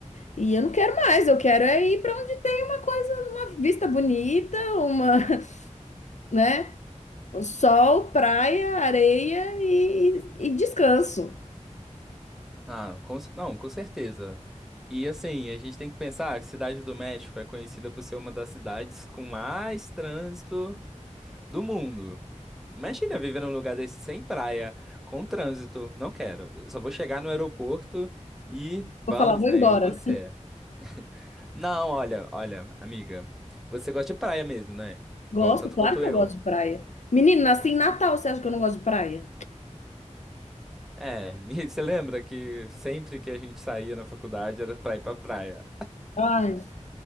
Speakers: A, on the left; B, in the centre.
A: e eu não quero mais, eu quero é ir pra onde tem uma coisa, uma vista bonita, uma, <laughs> né? Sol, praia, areia e, e descanso.
B: Ah, com, ce- não, com certeza. E assim, a gente tem que pensar que Cidade do México é conhecida por ser uma das cidades com mais trânsito do mundo. Imagina viver num lugar desse sem praia, com trânsito. Não quero. Eu só vou chegar no aeroporto e vamos,
A: Vou falar, vou
B: né?
A: embora.
B: Eu e você. <laughs> Não, olha, olha, amiga, você gosta de praia mesmo, né?
A: Gosto,
B: Igual, tanto
A: claro
B: quanto
A: que
B: eu.
A: eu gosto de praia. Menino, nasci em Natal, você acha que eu não gosto de praia?
B: É, <laughs> e você lembra que sempre que a gente saía na faculdade era pra ir pra praia.
A: Ai,